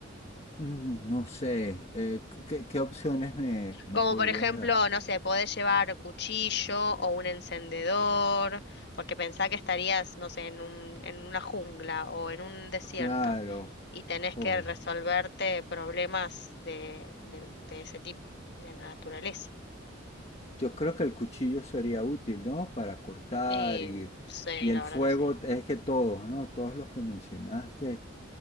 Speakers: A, on the left (about 35°); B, on the left (about 55°).
A: Mm, No sé, eh, ¿qué, qué opciones me, me
B: Como
A: podrías
B: por ejemplo,
A: dar?
B: no sé, podés llevar cuchillo o un encendedor, porque pensá que estarías, no sé, en un, en una jungla o en un desierto
A: Claro,
B: y tenés
A: oye,
B: que resolverte problemas de, de, de ese tipo, de la naturaleza.
A: Yo creo que el cuchillo sería útil, ¿no? Para cortar
B: Y
A: y,
B: sí,
A: y el
B: la
A: fuego,
B: verdad que sí.
A: es que todos, ¿no? Todos los que mencionaste,